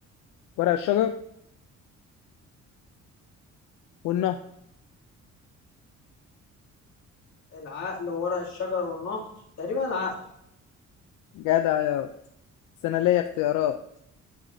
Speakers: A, on the left; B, on the left.
A: الشجر والنهر
B: العقل وورق الشجر والنهر تقريبا العقل
A: جدع يا بس انا ليا اختيارات